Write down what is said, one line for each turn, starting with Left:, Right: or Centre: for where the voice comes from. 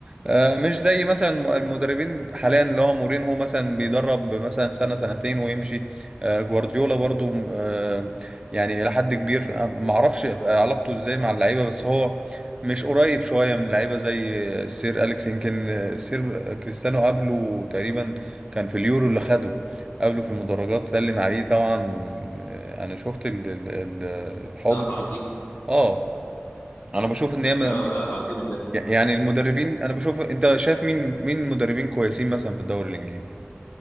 Right: آه، مش زي مثلا الم- المدربين حاليا اللي هو مورينهو مثلا بيدرب مثلا سنة سنتين ويمشي آه، جوارديولا برضو آه، يعني إلى حد كبير آه، معرفش يبقى علاقته ازاي مع اللعيبة بس هو مش قريب شوية من اللعيبة زي السير أليكس يمكن السير كريستيانو قبله تقريبا كان في اليورو اللي خده قبله في المدرجات سلم عليه طبعا آه، أنا شفت ال- ال- ال- الحضن
Left: لا تعظيم
Right: اللي هو- اه انا بشوف ان هي
Left: لا لا تعظيم
Right: يعني المدربين انا بشوف انت شايف مين مين مدربين كويسين مثلا في الدوري الانجليزي